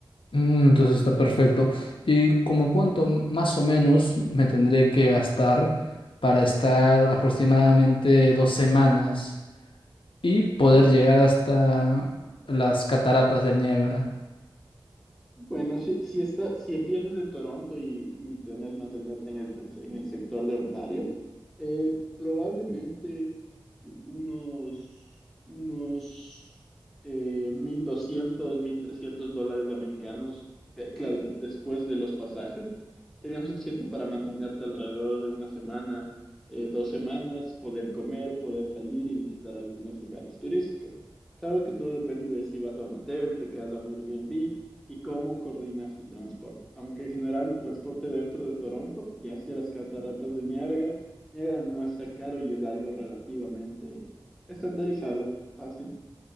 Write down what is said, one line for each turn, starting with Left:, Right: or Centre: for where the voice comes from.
Left: Mm, entonces está perfecto. ¿Y como cuánto m- más o menos me tendré que gastar para estar aproximadamente dos semanas y poder llegar hasta las cataratas del Niágara?
Centre: Bueno, si, si, está, si empiezas en Toronto y, y planeas mantenerte en el, en el sector de Ontario, eh, probablemente unos, unos eh, 1.200, 1.300 dólares americanos, eh, claro, des- después de los pasajes, serían suficiente para mantenerte alrededor de una semana, eh, dos semanas, poder comer, poder salir y visitar algunos lugares turísticos. Claro que todo depende de si vas a un hotel, te quedas a un Airbnb y cómo coordinar su transporte. Aunque en general el transporte dentro de Toronto y hacia las cataratas del Niágara, Niágara no es tan caro y es algo relativamente estandarizado, fácil.